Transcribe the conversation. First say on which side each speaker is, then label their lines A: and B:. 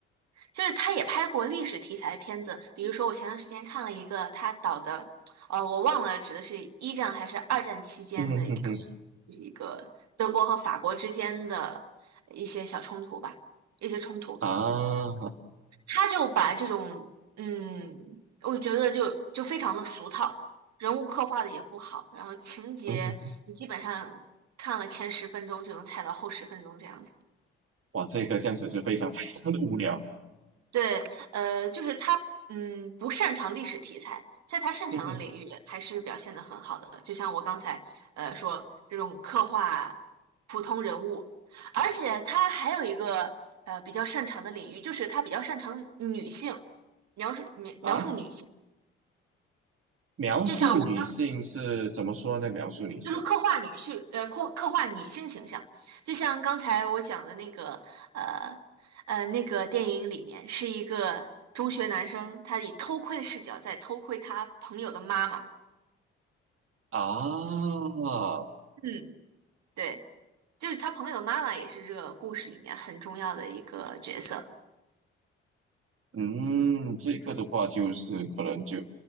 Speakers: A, on the right; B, on the right.
A: 就是他也拍过历史题材的片子，比如说我前段时间看了一个他导的，呃，我忘了指的是一战还是二战期间的一个，
B: 嗯哼哼，
A: 就是一个德国和法国之间的一些小冲突吧，一些冲突，
B: 啊，
A: 他就把这种，嗯，我觉得就就非常的俗套，人物刻画的也不好，然后情节你基本上看了前十分钟就能猜到后十分钟这样子。
B: 嗯哼，哇，这个这样子就非常 <laughs> 非常的无聊。
A: 对，呃，就是他，嗯，不擅长历史题材，在他擅长的领域还是表现的很好的。
B: 嗯哼，
A: 就像我刚才，呃，说这种刻画普通人物，而且他还有一个呃比较擅长的领域，就是他比较擅长女性描述描描述女性。
B: 啊。描述女性是怎么说呢？
A: 就像我刚
B: 描述女性
A: 就是刻画女性，呃，刻刻画女性形象，就像刚才我讲的那个，呃，呃，那个电影里面是一个中学男生，他以偷窥的视角在偷窥他朋友的妈妈，
B: 啊，
A: 嗯，对，就是他朋友的妈妈也是这个故事里面很重要的一个角色。
B: 嗯，这个的话就是可能就